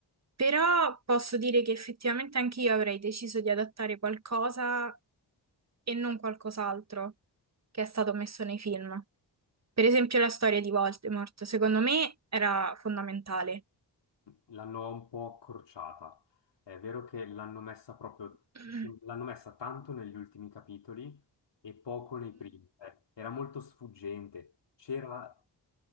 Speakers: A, on the right (about 35°); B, on the left (about 70°).
A: Però posso dire che effettivamente anche io avrei deciso di adattare qualcosa e non qualcos'altro che è stato messo nei film. Per esempio la storia di Voldemort, secondo me era fondamentale.
B: L'hanno un po' accorciata. È vero che l'hanno messa proprio,
A: Mm,
B: l'hanno messa tanto negli ultimi capitoli e poco nei primi. Eh, era molto sfuggente. C'era